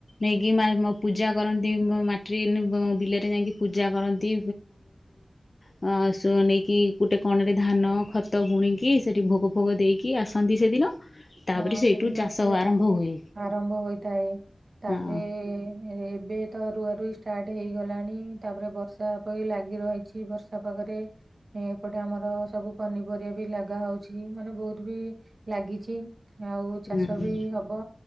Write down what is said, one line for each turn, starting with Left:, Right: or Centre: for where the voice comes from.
Left: ନେଇକି ପୂଜା କରନ୍ତି ମାଟି ବିଲରେ ଯାଇକି ପୂଜା କରନ୍ତି। ଅ ନେଇକି ଗୋଟେ କଣରେ ଧାନ ଖତ ବୁଣିକି ସେଠି ଭୋଗ ଫୋଗ ଦେଇକି ଆସନ୍ତି ସେଦିନ। ତାପରେ
Right: ହଁ
Left: ସେଇଠୁ
Right: ସେଦିନ
Left: ଚାଷ
Right: ଆସିଲା
Left: ଆରମ୍ଭ ହୁଏ
Right: ଆରମ୍ଭ ହୋଇଥାଏ ତାପରେ
Left: ହଁ
Right: ଏବେ ତ ରୁଆ ରୁଇ ଷ୍ଟାର୍ଟ ହେଇଗଲାଣି ତାପରେ ବର୍ଷା ପ ଲାଗି ରହିଛି ବର୍ଷା ପାଗ ଏପଟେ ଆମର ସବୁ ପନିପରିବା ବି ଲାଗା ହଉଛି ମାନେ ବହୁତ ବି ଲାଗି ଆଉ ଚାଷ
Left: ହୁଁ
Right: ବି ହବ।